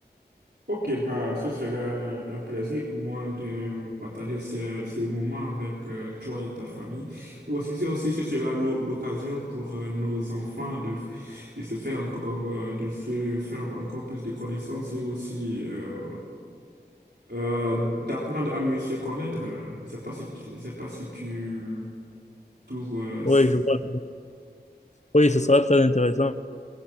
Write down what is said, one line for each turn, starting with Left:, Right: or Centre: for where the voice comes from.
Right: Ok, bah, ce sera un plaisir pour moi de partager ce, ce moment avec euh, toi et ta famille. Et aussi, c'est aussi, ce sera l'o- l'occasion pour euh, nos enfants de, f- de se faire encore, euh, de se faire encore plus de connaissances et aussi euh, euh, d'apprendre à mieux se connaître. Je sais pas si tu, je sais pas si tu trouves euh, ça.
Left: Oui, je vois. Oui, ce sera très intéressant.